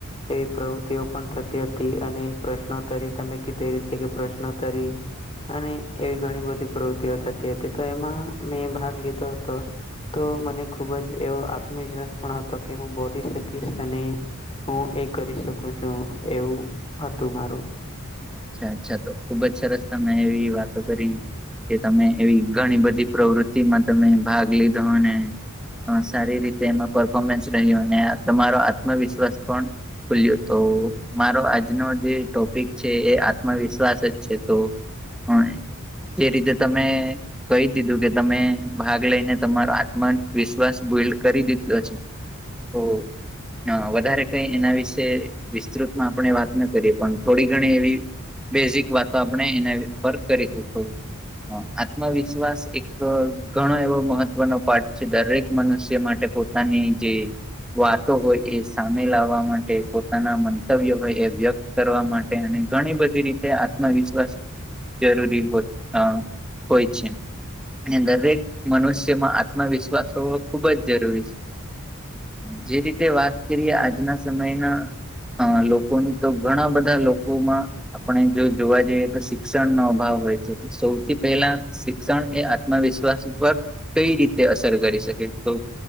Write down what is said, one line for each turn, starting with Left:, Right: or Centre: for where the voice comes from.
Left: એવી પ્રવૃત્તિઓ પણ થતી હતી અને પ્રશ્નોત્તરી તમે કીધે રીતે કે પ્રશ્નોત્તરી અને એવી ઘણી બધી પ્રવૃતિઓ થતી હતી તો એમાં મેં ભાગ લીધો હતો. તો મને ખૂબ જ એવો આત્મવિશ્વાસ પણ હતો કે હું બોલી શકીશ અને હું એ કરી શકું છું એવું હતું મારું.
Centre: અચ્છા અચ્છા તો ખુબ જ સરસ તમેં એવી વાતો કરી કે તમે એવી ઘણી બધી પ્રવૃતિમાં તમે ભાગ લીધો અને અહ સારી રીતે એમાં પરફોર્મન્સ રહ્યો અને તમારો આત્મવિશ્વાસ પણ ખુલ્યો તો મારો આજનો જે ટોપિક છે એ આત્મવિશ્વાસ જ છે, તો પણ એ રીતે તમે કહી દીધું કે તમે ભાગ લઈને તમારો આત્મ વિશ્વાસ <unintelligible> કરી દીધો છે. હો. હ વધારે કઈ એના વિશે વિસ્તૃતમાં આપણે વાત ન કરીએ પણ થોડી ઘણી એવી બેઝિક વાતો આપણે એના પર કરી શું તો અહ આત્મવિશ્વાસ એક ઘણો એવો મહત્વનો પાઠ છે, દરેક મનુષ્ય માટે પોતા તાની જે વાતો હોય એ સામે લાવવા માટે પોતાના મંતવ્યો હોય એ વ્યક્ત કરવા માટે તે અને ઘણી બધી રીતે આત્મવિશ્વાસ જરૂરી હોય અહ હોય છે. ને દરેક મનુષ્યમાં આત્મવિશ્વાસ હોવો ખુબ જ જરૂરી છે. જે રીતે વાત કરીએ આજના સમયના અહ લોકોનું તો ઘણા બધા લોકોમાં આપણે જો જોવા જઈએ તો શિક્ષણનો અભાવ હોય છે તો સૌથી પહેલા શિક્ષણ એ આત્મવિશ્વાસ ઉપર કઈ રીતે અસર કરી શકે તો